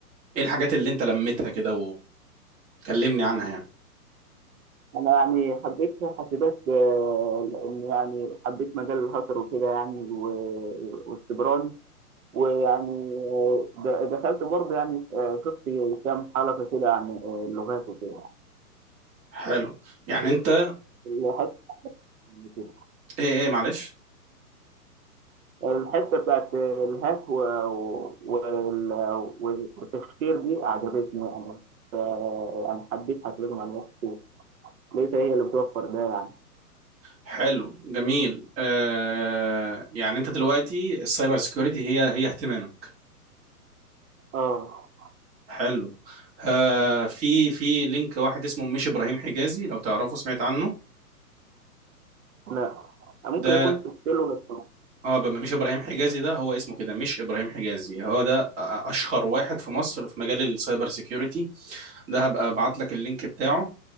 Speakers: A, on the right; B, on the right.
A: ايه الحاجات اللي انت لميتها كده وكلمني عنها يعني
B: انا يعني حبيت حاسبات آه، لان يعني حبيت مجال الهاكر وكده يعني و- والسيبراني ويعني آه، د- دخلت برضه يعني آه، شفت كام حلقة كده عن آه، اللغات وكده
A: حلو يعني انت
B: فالحتة كده.
A: ايه ايه معلش
B: الحتة بتاعت الهاك و- و- وال- والتفكير دي عجبتني يعني ف- يعني حبيت حاسبات ومعلومات كتير لقيتها هي اللي بتوفر ده يعني
A: حلو جميل آه يعني انت دلوقتي السايبر سيكيورتي هي هي اهتمامك
B: اه
A: حلو آه في في لينك واحد اسمه مش ابراهيم حجازي لو تعرفه سمعت عنه
B: لا ممكن
A: ده
B: يكون شفت له بس
A: اه بم- مش ابراهيم حجازي ده هو اسمه كده مش ابراهيم حجازي هو ده أ- اشهر واحد في مصر في مجال السايبر سيكيورتي ده هبقى ابعت لك اللينك بتاعه